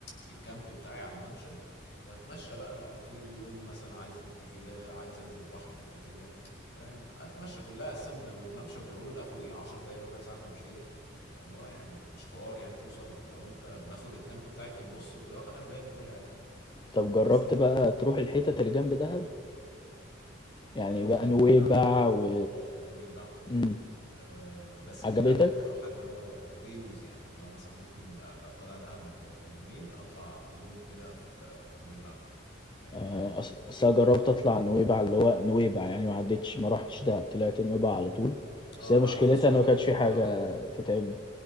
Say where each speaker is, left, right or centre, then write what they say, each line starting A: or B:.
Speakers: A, on the left; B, on the left.
A: الكامب بتاعي على الممشى واتمشى بقى طول اليوم مثلا عايز الكافيه ده عايز انزل بحر في الكافيه ده فاهم اتمشى كلها اصلا من اول الممشى من اوله لاخره ايه 10 دقايق ربع ساعه تمشيه فاللي هو يعني مش حوار يعني توصل لو انت باخد الكامب بتاعي في النص واللي هو خمس دقايق من كل حته
B: طب جربت
A: بس
B: بقى تروح الحتت اللي جنب دهب يعني
A: رحت
B: بقى نويبع
A: نويبع
B: و
A: رحت نويبع
B: مم.
A: أه بس
B: عجبتك
A: كلها كنت بروحها اللي هو ديوز يعني اللي هو مثلا ممكن ابقى طالع دهب يومين اطلع يوم كده في في نويبع آه،
B: آه،
A: الحاجات دي
B: أص- أصل أنا جربت أطلع نويبع اللي هو نويبع يعني ما عدتش ما رحتش دهب طلعت نويبع على طول
A: اه
B: بس هي
A: انا
B: مشكلتها
A: اعرف ناس صحابي
B: إن ما كانش
A: كانوا
B: في
A: بيطلعوا
B: حاجة تتعمل